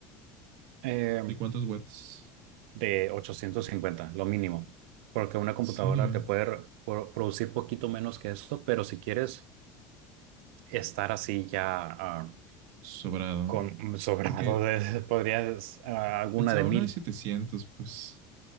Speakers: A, on the right; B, on the right.
A: eh,
B: ¿De cuántos watts?
A: de 850 lo mínimo, porque una computadora
B: ¿En serio?
A: te puede re- pro- producir poquito menos que eso, pero si quieres estar así ya ah,
B: Sobrado,
A: con
B: ¿no?
A: sobrado,
B: Porque
A: de- <laughs> podrías ah, alguna
B: pensaba
A: de mil
B: una de 700 pues.